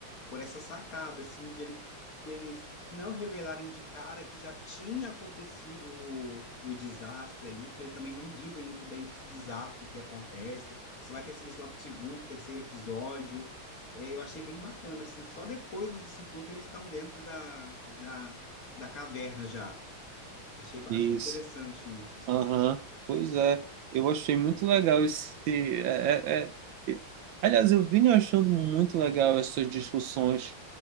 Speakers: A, on the left (about 45°); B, on the right (about 75°).
A: por essa sacada, assim, de ele- deles não revelarem de cara que já tinha acontecido o, o desastre ali, porque eles também não dizem muito bem o que desastre que acontece. Você vai perceber isso lá pro segundo, terceiro episódio. É, eu achei bem bacana, assim, que só depois você citou que eles estão dentro da, da, da caverna já. Achei, achei
B: isso.
A: interessante isso, assim.
B: Aham, Pois é, eu achei muito legal esse. É, é, é- Aliás, eu vim achando muito legal essas discussões